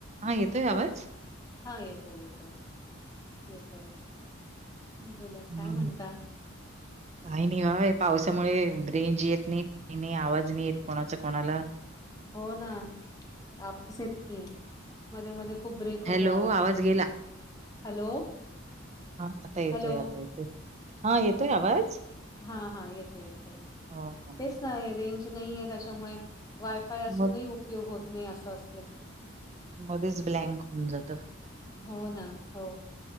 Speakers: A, on the left; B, on the right.
A: हा येतोय
B: येतोय आवाज?
A: येतोय येतोय बोला
B: हम्म.
A: काय म्हणता
B: काही नाही बा पावसामुळे रेंज येत नाही का नाही आवाज नाही येत कोणाचा कोणाला
A: हो ना आपस येत नाही मध्ये मध्ये खूप ब्रेक होतो
B: हॅलो
A: यावर
B: आवाज गेला.
A: हॅलो
B: हा आता येतोय
A: हॅलो
B: आता येतोय हा येतोय आवाज
A: हा हा येतोय येतोय
B: ह
A: नाही रेंज नाही त्याच्यामुळे वायफाय असूनही
B: मग
A: उपयोग होत नाही अस अस
B: मध्येच ब्लँक होऊन जात
A: हो ना हो